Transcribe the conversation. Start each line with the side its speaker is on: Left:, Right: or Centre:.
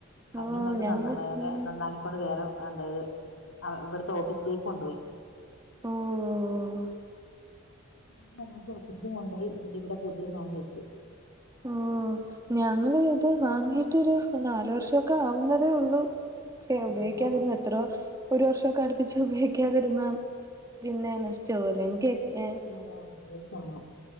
Left: അതിന്
Right: ഓഹ്
Left: എന്നിട്ട്
Right: ഞങ്ങള്
Left: നന്ന വേറെ
Right: ഉം
Left: നന്നാക്കി വേറെ അതായത് ഇവിടുത്തെ ഓഫീസിലേക്ക് കൊണ്ടുപോയി
Right: ഓഹ്
Left: <unintelligible> കൊണ്ട പോയി എന്റെ ഇവിടെ പുതിയ മാങ്ങി വെച്ചു
Right: ഓ ഞങ്ങൾ ഇത് വാങ്ങിയിട്ടൊരു നാല് വർഷൊക്കെ ആവുന്നതേ ഉള്ളൂ ശേ
Left: അതെയല്ലേ
Right: ഉപയോഗിക്കാതിരുന്ന എത്രയോ ഒരു വർഷമൊക്കെ അടുപ്പിച്ച ഉപയോഗിക്കാതിരുന്ന പിന്നെ നഷിച്ച് പോവുലെഎനിക്ക് ഏഹ്
Left: ആഹ് കാണോം